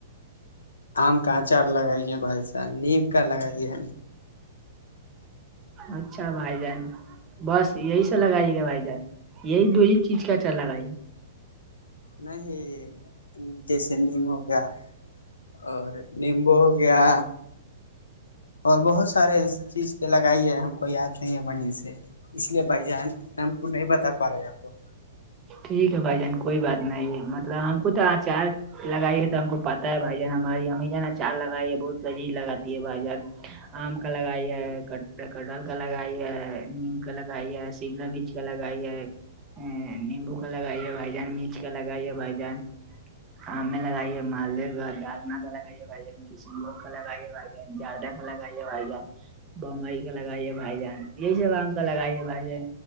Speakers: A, on the left; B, on the right.
A: آم کا اچار لگائیے بھائی صاح نیم کا لگائیے
B: اچھا بھائی جان بس یہی سا لگائیے گا بھائی جان یہی دو ہی چیز کاچا لگائیے
A: نہیں جیسے نیمم ہو گیا اور نیمبو گیا اور بہت سارے چیز کے لگائی ہے ہم کو یاد نہیں ہے بڑیا سے اس لیے بھائی جان ہم کو نہیں بتا پا رہے ہے آپ کو
B: ٹھیک ہے بھائی جان کوئی بات نہیں ہے مطلب ہم کو تو آچار لگائی ہے تو ہم کو پتاہ ہے بھائی جان ہماری ہمیں نا چار لگائی ہے بہت لذیذ لگاتی ہے بھائی جان آم کا لگائی ہے کٹل کا لگائی ہے نیم کا لگائی ہے شملا مرچ مچ کا لگائی ہے ا نیمبو کا لگائی ہے بھائی جان مرچ کا لگائی ہے بھائی جان آم لگائیے مالے دال مگا لگائیے گائیے کشن لوگ خلا گھ ہے بھ جان جارڈا خلا گئی ہے بھ جان بمبئی کا لگائیے بھائی جان یہی سب آم کا لگائیے بھائی جان